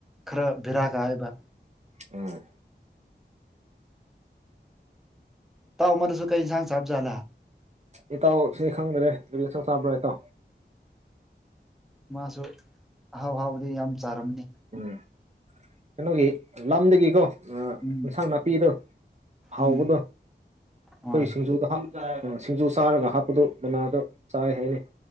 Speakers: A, in the centre; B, on the right (about 35°).
A: ꯈꯔ ꯕꯦꯔꯥ ꯀꯥꯏꯌ°ꯕ
B: ꯑꯥꯝ
A: ꯏꯇꯥꯎ ꯑꯃ ꯗꯨꯁꯨ ꯀꯩ ꯏꯟꯁꯥꯡ ꯁꯆꯥꯕꯖꯂꯥ
B: ꯏꯇꯥꯎ ꯑꯩ ꯈꯪꯗ꯭ꯔꯦ ꯀꯔꯤ ꯑꯁꯥꯡ ꯆꯥꯕꯔ
A: ꯃꯥꯁꯨ ꯑꯍꯥꯎ ꯑꯍꯥꯎꯕꯗꯤ ꯌꯥꯝꯅ ꯆꯥꯔꯝꯅꯤ꯫
B: ꯎꯝ ꯀꯩꯅꯣꯒꯤ ꯂꯝꯗꯒꯤ ꯀꯣ
A: ꯎꯝ
B: ꯏꯟꯁꯥꯡ ꯅꯥꯄꯤꯗꯣ ꯍꯥꯎꯕꯗꯣ
A: ꯎꯝ
B: ꯑꯩꯈꯣꯏ
A: ꯍꯣꯏ
B: ꯁꯤꯡꯖꯨꯗ ꯍꯥꯎꯅꯕꯗꫭ ꯁꯤꯡꯖꯨ ꯆꯥꯔꯒꯥ ꯍꯥꯞꯄꯗꯨꯅ ꯃꯅꯥꯗ ꯆꯥꯏ ꯍꯥꯏꯅꯤ